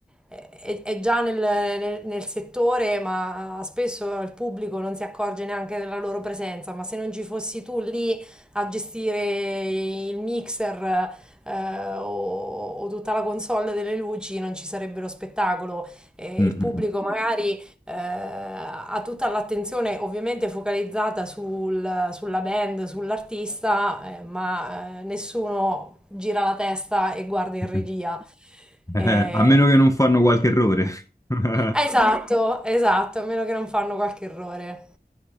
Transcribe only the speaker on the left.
Mm,
mm,
mm. Eh,
a meno che non fanno qualche errore. <laughs>